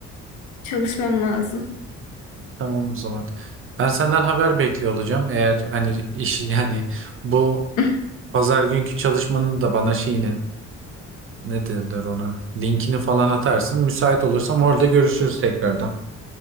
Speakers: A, on the left; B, on the right.
A: e, çalışmam lazım.
B: Tamam o zaman. Ben senden haber bekliyor olacağım. Eğer hani iş yani bu
A: <laughs>
B: pazar günkü çalışmanın da bana şeyini ne derler ona linkini falan atarsın. Müsait olursam orada görüşürüz tekrardan.